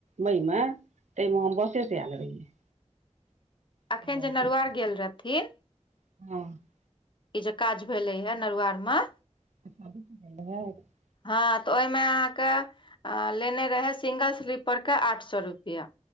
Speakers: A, on the right; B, on the left.
A: मई मे ताहि मे हम बसे से आयल रहियै
B: अखन
A: हँ
B: जे नरुवार गेल रहथिन
A: <unintelligible>
B: ई जे काज भेलै यऽ नउआरमे
A: <unintelligible>
B: हँ तऽ ओहिमे अहाँकेँ अऽ लेने रहै सिंगल स्लीपर केँ आठ सौ रुपैया